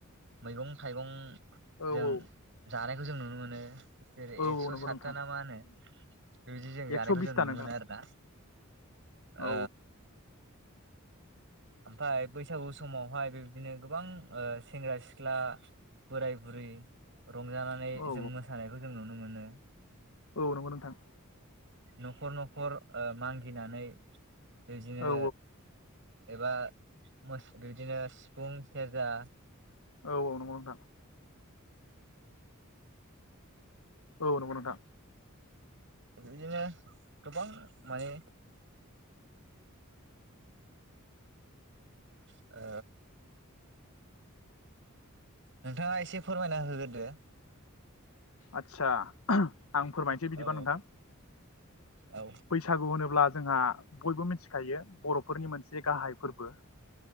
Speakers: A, on the right; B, on the left.
A: मैगं थाइगं
B: औ
A: जों जानाय बेखौ जों नुनो मोनो जेरै
B: औ
A: एकस'
B: औ नंगौ
A: सातथा
B: नोंथां
A: ना मा होनो बेबायदि जों
B: एकस'
A: जानायखौ
B: बिसथा
A: जों नुनो
B: नोंथां
A: मोनो आरोना आ
B: औ
A: ओमफफ्राय बैसागु समावहाय बेबदिनो गोबां सेंग्रा सिख्ला बोराय बुरै। रंजानानै
B: औ
A: जों मोसानायखौ जों नुनो माने
B: औ नंगौ नोंथां।
A: न'खर न'खर मागिनानै बेदिनो
B: औ
A: एबा मोस बिदिनो सिफुं सेरजा
B: औ औ नंगौ नोंथां। औ नंगौ नोंथां।
A: बेदिनो गोबां मानि ओ नोंथाङा एसे फोरमायना होगोरदो
B: आतसा आं फोरमायनोसै बिदिबा
A: औ
B: नोंथां।
A: औ
B: बैसागु होनोब्ला जोंहा बयबो मिथि खायो बर'फोरनि मोनसे गाहाय फोरबो